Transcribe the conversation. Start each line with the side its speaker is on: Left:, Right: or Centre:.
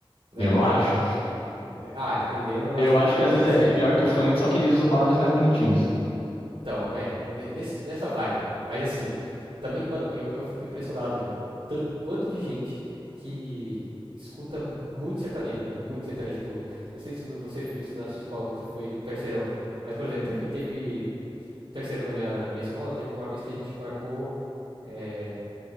Right: né,
Left: eu não
Right: o
Left: acho.
Right: Então, é, Ah, dependendo, eu acho
Left: Eu
Right: que,
Left: acho que às
Right: acho
Left: vezes
Right: que
Left: é,
Right: sim.
Left: é pior que o funk, só que ele usa palavras mais bonitinhas.
Right: Então, é, ne- nesse, nessa vibe. Mas assim, também, mano, eu, eu fico impressionado, velho, o, tan- o quanto de gente que escuta mu- muito sertanejo, mano, muito sertanejo, tipo, não sei se você viu isso na sua escola quando você foi do terceirão, mas, por exemplo, teve, teve o terceirão da minha, minha escola, teve uma vez que a gente marcou é,